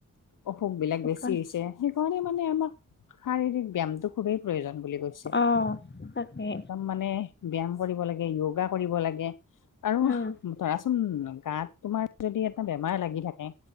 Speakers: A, on the left (about 70°); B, on the left (about 35°).
A: অসুখ বিলাক
B: সেইকাৰ
A: বেছি হৈছে সেইকাৰণে মানে আমাক শাৰীৰিক ব্যয়ামটো খুবেই প্ৰয়োজন বুলি কৈছে
B: অ', তাকে
A: মানে ব্যায়াম কৰিব লাগে য়োগা কৰিব লাগে আৰু
B: উম,
A: ধৰাচোন গাত তোমাৰ যদি এটা বেমাৰ লাগি থাকে।